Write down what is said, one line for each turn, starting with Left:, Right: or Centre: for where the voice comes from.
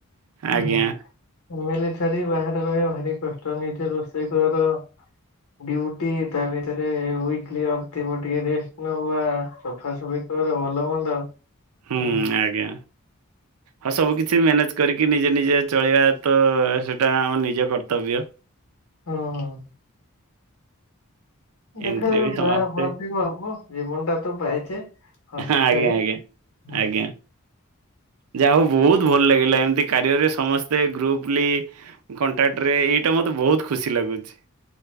Left: ଫାମିଲି
Right: ଆଜ୍ଞା,
Left: ଛାଡି ବାହାରେ ରହିବା ଭାରି କଷ୍ଟ ନିଜେ ରୋଷେଇ କର। ଡୁ୳ଟି ତା ଭିତରେ ୱେକଲି ଅଫ ଥିବ ଟିକେ ରେଷ୍ଟ ନବା ସଫା ସଫି କରିବା। ତୋର ଭଲ ମନ୍ଦ
Right: ହୁଁ
Left: ହଁ
Right: ଆଜ୍ଞା ହଁ ସବୁ କିଛି ମ୍ୟାନେଜ କରିକି ନିଜେ ନିଜେ ଚଳିବା ତ ସେଇଟା ଆମ ନିଜ କର୍ତ୍ତବ୍ୟ।
Left: ଓହୋ।
Right: ଏମିତିରେ
Left: ଦେଖାଯାଉ
Right: ବି
Left: ଯାହା
Right: ସମସ୍ତେ
Left: ଆମାର ହବ ଜୀବନ ଟା ତ ପାଇଛେ। ହସ
Right: ଆଜ୍ଞା
Left: ସେୟା ହିଁ।
Right: ଆଜ୍ଞା ଆଜ୍ଞା। ଯାହା ହଉ ବହୁତ ଭଲ ଲାଗିଲା ଏମିତି କାରିୟରେ ସମସ୍ତେ ଗ୍ରୁପଲି କଣ୍ଟାକ୍ଟ ରେ ଏଇଟା ମତେ ବହୁତ ଖୁସି ଲାଗୁଛି।